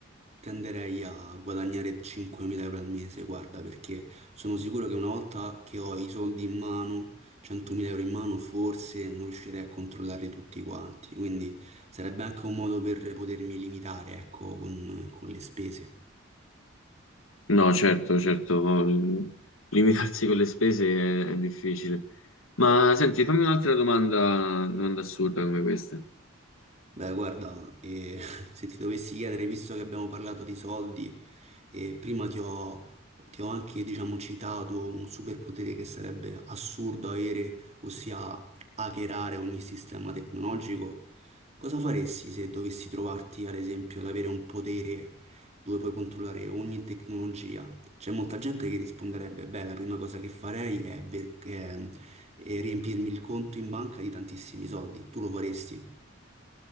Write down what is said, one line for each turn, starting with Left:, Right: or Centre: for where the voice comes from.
Right: tenderei a guadagnare 5.000 euro al mese, guarda, perché sono sicuro che una volta che ho i soldi in mano, 100.000 euro in mano, forse non riuscirei a controllarli tutti quanti. Quindi sarebbe anche un modo per potermi limitare, ecco, con, con le spese.
Left: No, certo, certo, l- limitarsi con le spese è, è difficile. Ma senti, fammi un'altra domanda, domanda assurda come questa.
Right: Beh, guarda, eh, <laughs> se ti dovessi chiedere, visto che abbiamo parlato di soldi, eh, prima ti ho, ti ho anche, diciamo, citato un superpotere che sarebbe assurdo avere, ossia hackerare ogni sistema tecnologico. Cosa faresti se dovessi trovarti, ad esempio, ad avere un potere dove puoi controllare ogni tecnologia? C'è molta gente che risponderebbe, beh, la prima cosa che farei è ve- è- è riempirmi il conto in banca di tantissimi soldi. Tu lo faresti?